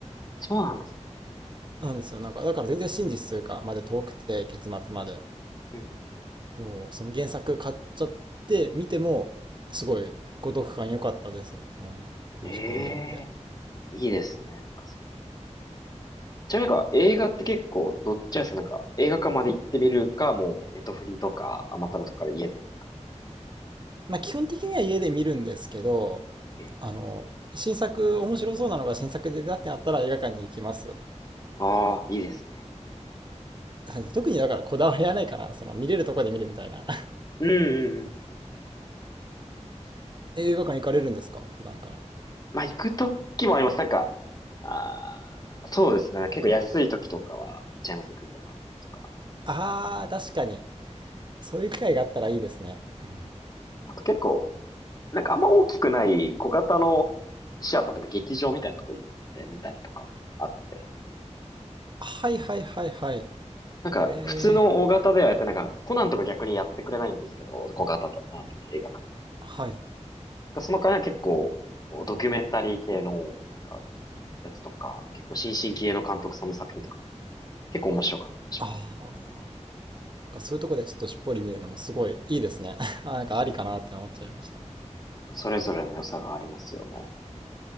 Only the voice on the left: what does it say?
そうなんです。
うん、うんう
んええ、
いいですね、なんかそういうの。じゃあなんか映画って結構どっちなんですかなんか映画館まで行ってみるか、もうネットフリとかアマプラとかで家で見るか。
ええ
ああ、いいですね。
うんうんうん。確かに
まあ行くときもあります。なんか、ああ、そうですね。結構安いときとかは行っちゃいますね。クーポンもらったりとか。
あと結構、なんかあんま大きくない小型のシアターとか劇場みたいなとこ行ってみたりとかもあって。
なんか普通の大型ではやってなんかコナンとか逆にやってくれないんですけど、
小型な映画館。
なんかその代わりは結構、ドキュメンタリー系の、なんか、やつとか、結構新進気鋭の監督さんの作品とかも、結構面白かったりします。
それぞれの良さがありますよね。